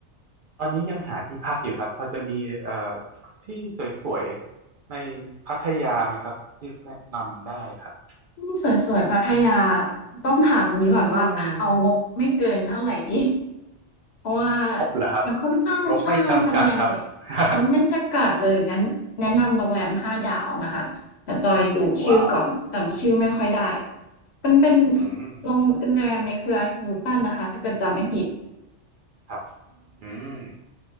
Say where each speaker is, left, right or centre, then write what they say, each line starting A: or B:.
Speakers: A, on the right; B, on the left.
A: ตอนนี้ยังหาที่พักอยู่ครับพอจะมีเอ่อที่สวยๆในพัทยาไหมครับที่แนะนำได้ครับ
B: อืมสวยๆพัทยาต้องถามงี้ก่อนว่าเอางบไม่เกินเท่าไรดี
A: อืม
B: เพราะว่า
A: งบเหรอครับ
B: มันค่อนข้างใช่พัทยาเหน
A: งบไม่จำกัดครับ <laughs>
B: มันแน่าจะกัดเลยงั้นแนะนำโรงแรมห้าดาวนะคะแต่จอยดูชื่อก่อนจำชื่อไม่ค่อยได้
A: ว้าว
B: มันเป็น
A: อืม
B: โรงแรมในเครือ Hilton นะคะถ้าเกิดจำไม่ผิด
A: ครับอืม